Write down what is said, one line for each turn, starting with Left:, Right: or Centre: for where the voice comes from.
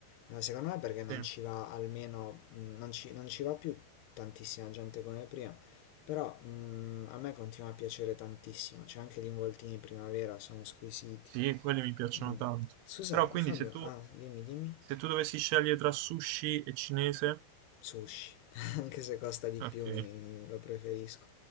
Left: Eh, Secondo me perché non
Right: Sì,
Left: ci va almeno, mh, non ci, non ci va più tantissima gente come prima, però mh, a me continua a piacere tantissimo, cioè anche gli involtini in primavera sono squisiti.
Right: sì, quelle mi piacciono
Left: Mm.
Right: tanto.
Left: Scusa
Right: Però quindi
Left: Fabio,
Right: se tu,
Left: ah, dimmi, dimmi.
Right: se tu dovessi scegliere tra sushi e cinese...
Left: Sushi, <laughs> anche se costa di
Right: Ok,
Left: più mi- lo preferisco.